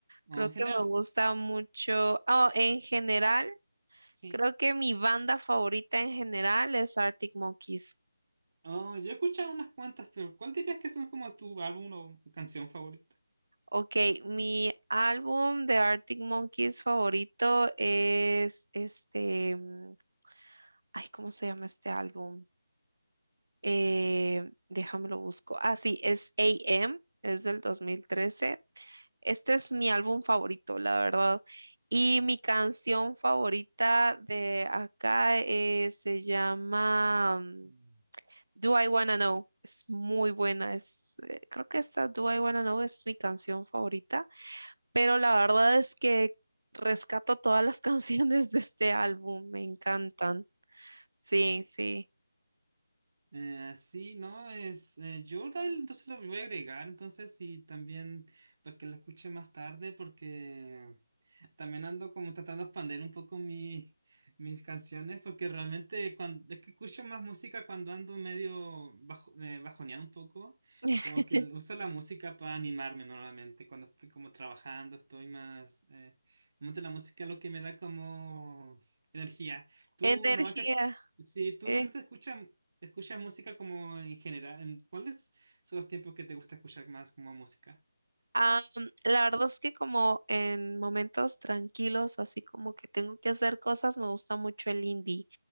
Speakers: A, on the right; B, on the right.
A: Creo
B: O en
A: que
B: general,
A: me gusta mucho. ah, en general,
B: sí.
A: creo que mi banda favorita en general es Arctic Monkeys.
B: Oh, yo he escuchado unas cuantas, pero ¿cuál dirías que son como tu álbum o canción favorita?
A: Ok, mi álbum de Arctic Monkeys favorito es este, mm, ay, ¿cómo se llama este álbum? Eh,
B: Mm.
A: déjame lo busco. Ah, sí, es A M, es del 2013. Este es mi álbum favorito, la verdad. Y mi canción favorita de acá eh, se llama mm,
B: Mm.
A: Do I Wanna Know. Es muy buena, es, eh, creo que esta Do I Wanna Know es mi canción favorita. pero la verdad es que rescato todas las <laughs> canciones de este álbum, me encantan. Sí,
B: Ah,
A: sí.
B: eh, sí, no, es eh, Jordan, entonces lo voy a agregar, entonces, y también para que la escuche más tarde, porque También ando como tratando de expandir un poco mi- mis canciones porque realmente cuando, es que escucho más música cuando ando medio bajo, eh, bajoneado un poco,
A: <laughs>
B: como que uso la música para animarme normalmente, cuando estoy como trabajando estoy más, eh, normalmente la música es lo que me da como energía. Tú
A: Energía.
B: normalmente, si tú
A: eh.
B: normalmente escuchas, escuchas música como en general, ¿en ¿cuáles son los tiempos que te gusta escuchar más como música?
A: Am, la verdad es que como en momentos tranquilos, así como que tengo que hacer cosas, me gusta mucho el indie,